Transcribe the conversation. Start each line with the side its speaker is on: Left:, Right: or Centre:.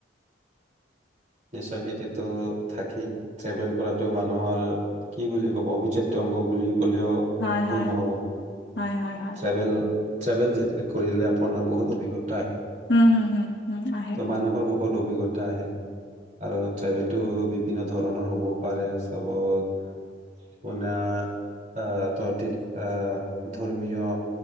Right: নিশ্চয় খেতিতটো থাকি ট্ৰেভেল কৰাতটো মানুহৰ কি বুলি ক'ব অভিজ প্ৰতংগ বুলি কলেও
Left: হয়
Right: ভুল
Left: হয়
Right: নহ'ব
Left: হয় হয় হয়
Right: ট্ৰভেল ট্ৰভেল যেতি কৰিলে আপোনাৰ বহুত অভিজ্ঞা
Left: উম হম হম হম আহ
Right: মানুহৰ বহুত অভিজ্ঞতা আহে। আৰু ট্ৰেভেলটো বিভিন্ন ধৰণৰ হ'ব পাৰে চাব আপোনাৰ আহ ত আহ ধৰ্মীয়